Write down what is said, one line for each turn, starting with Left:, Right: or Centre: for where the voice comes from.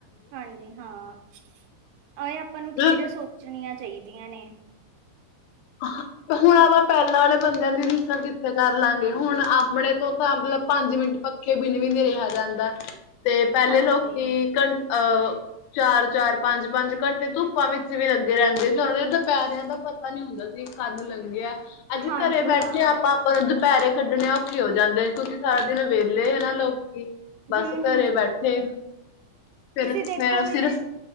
Right: ਹਾਂਜੀ ਹਾਂ ਐਂ ਆਪਾਂ
Left: ਮਤਲਬ
Right: ਨੂੰ ਚੀਜ਼ਾਂ ਸੋਚ ਪੁੱਛਣੀਆਂ ਚਾਈਦੀਆਂ ਨੇ।
Left: <inaudible> ਹੁਣ ਆਪਾਂ ਪੈਲਾਂ ਆਲੇ ਬੰਦਿਆਂ ਦੀ ਰੀਸਲ ਕਿੱਥੇ ਕਰ ਲਾਂਗੇ ਹੁਣ ਆਪਣੇ ਤੋਂ ਮਤਲਬ ਪੰਜ ਮਿੰਟ ਪੱਖੇ ਬਿਨ ਵੀ ਨਈ ਰਿਆ ਜਾਂਦਾ ਤੇ ਪੈਲੇ
Right: ਹਾਂਜੀ
Left: ਲੋਕੀ ਘੰ ਅ ਚਾਰ-ਚਾਰ ਪੰਜ-ਪੰਜ ਘੰਟੇ ਧੁੱਪਾਂ ਵਿੱਚ ਵੀ ਲੱਗੇ ਰੈਂਦੇ ਸੀ ਉਨਾਂ ਨੇ ਦੁਪੈਰਿਆਂ ਦਾ ਪਤਾ ਨੀ ਹੁੰਦਾ ਸੀ। ਕੱਦ ਲੰਘਿਆ ਅੱਜ
Right: ਹਾਂਜੀ
Left: ਘਰੇ ਬੈਠੇ
Right: ਹਾਂ
Left: ਆਪਾਂ ਦੁਪੈਰੇ ਖੱਡਣੇ ਔਖੇ ਹੋ ਜਾਂਦੇ ਨੇ ਕਿਉਂਕਿ ਸਾਰਾ ਦਿਨ ਵੇਲੇ ਹੈ ਨਾ ਲੋਕੀ ਬਸ
Right: ਹੂੰ
Left: ਘਰੇ
Right: ਹੂੰ
Left: ਬੈਠੇ ਫਿਰ
Right: ਤੁਸੀਂ ਦੇਖੋ
Left: ਫਿਰ ਸਿਰਫ
Right: ਵੀ